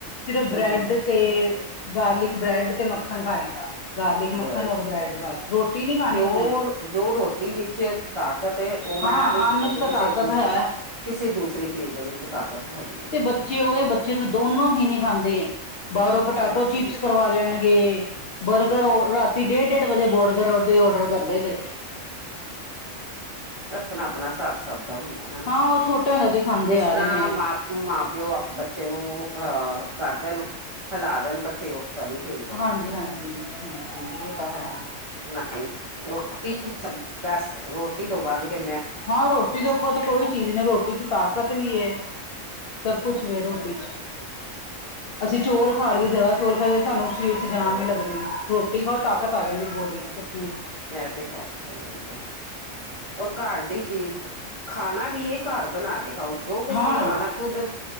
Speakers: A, on the left; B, on the right.
A: ਸਿਰਫ
B: ਹੂੰ
A: ਬਰੈਡ
B: ਹੂੰ
A: ਤੇ ਗਾਰਲਿਕ ਬ੍ਰੈਡ ਤੇ ਮੱਖਣ ਖਾਏਗਾ। ਗਾਰਲਿਕ ਮੱਖਣ
B: ਬਸ,
A: ਔਰ ਬ੍ਰੈਡ ਬਸ ਰੋਟੀ ਨੀ ਖਾਣੀ
B: ਜੋ
A: ਉਹਨੇ
B: ਜੋ ਰੋਟੀ ਵਿੱਚ ਤਾਕਤ ਉਹ ਮੈਂ
A: ਹਾਂ
B: ਨਹੀਂ ਸਮਝਦੀ,
A: ਅੰਨ ਚ ਤਾਂ
B: ਕਿਸੇ
A: ਤਾਕਤ
B: ਦੂਸਰੇ
A: ਹੈ
B: ਕਿਸੇ ਦੂਸਰੇ ਚੀਜ਼ ਦੇ ਵਿੱਚ ਤਾਕਤ ਹੈਗੀ। ਹੈ
A: ਤੇ ਬੱਚੇ ਓਦੇ, ਬੱਚੇ ਤਾਂ ਦੋਨੋ ਹੀ ਨੀ ਖਾਂਦੇ ਬਾਰੋਂ ਪਟਾਟੋ
B: ਅੱਛਾ
A: ਚਿਪਸ
B: ਜੀ
A: ਕਰਵਾ ਲੈਣਗੇ, ਬਰਗਰ
B: ਹੂੰ
A: ਓ
B: ਹੂੰ
A: ਰਾਤ ਰਾਤੀ ਡੇਡ, ਡੇਡ ਵਜੇ ਬੋਰਗਰ ਦੇ ਔਡਰ ਕਰਦੇ ਜੇ
B: ਅਪਨਾ, ਅਪਨਾ ਸ੍ਹਾਬ ਸਬ ਦਾ ਹੁੰਦੈ ਹੇਨਾ,
A: ਹਾਂ ਉਹ ਛੋਟੇ ਹੁੰਦੇ ਤੇ ਖਾਂਦੇ
B: ਜਿੱਸ
A: ਆ
B: ਤਰਾਂ
A: ਰਹੇ ਨੇ
B: ਮਾਂ ਮਾਂ ਪੇਓ ਅ ਬੱਚੇ ਨੂੰ, ਅ ਕਰਦੇਨ ਹਲਾਅ ਦੇਨ, ਬੱਚੇ ਓਸ <unintelligible> ਹਿਲ ਜਾਂਦੇ
A: ਹਾਂਜੀ,
B: ਆ
A: ਹਾਂਜੀ, ਹਾਂਜੀ ਓ ਤਾ ਹੈ।
B: ਨਈ ਰੋਟੀ ਇਜ਼ ਬੈਸਟ, ਰੋਟੀ ਤੋ ਵੱਧ ਕੇ ਮੈਂ
A: ਹਾਂ ਰੋਟੀ ਦੇ ਉਪਰੋ ਤੇ ਕੋਈ ਚੀਜ ਨੀ ਐ, ਰੋਟੀ ਚ ਤਾਕਤ ਵੀ ਏ ਸਬ ਕੁਛ ਵੇ ਰੋਟੀ ਚ, ਅਸੀ ਚੋਲ ਖਾ ਲੀਏ ਜਾਦਾ ਚੋਲ ਖਾਲੀਏ ਸਾਨੂੰ ਸ਼ਰੀਰ ਚ ਜਾਨ
B: ਲੋ
A: ਨੀ ਲੱਗਦੀ, ਰੋਟੀ ਖਾਓ ਤਾਕਤ ਆ ਜਾਂਦੀ ਬੋਡੀ ਚ ਚਟਨੀ ਨਾ
B: ਐ ਤੇ ਹੈ, ਏ ਗੱਲ ਤੇ ਹੈ, ਔਰ ਘਾਰ ਦੀ ਚੀਜ਼ ਖਾਨਾ ਵੀ ਏ ਘਾਰ ਬਨਾ ਕੇ ਖਾਓ, ਜੋ ਕੁਛ
A: ਹਾਂ
B: ਵੀ ਖਾਨਾ ਖੁਦ